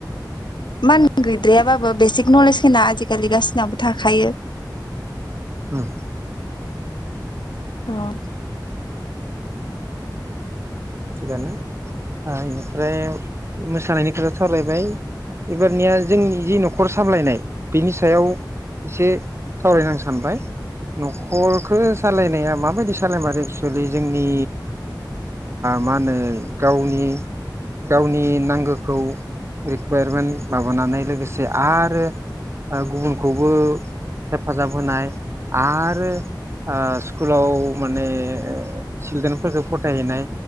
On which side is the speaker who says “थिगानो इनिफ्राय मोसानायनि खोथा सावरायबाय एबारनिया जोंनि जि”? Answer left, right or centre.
Right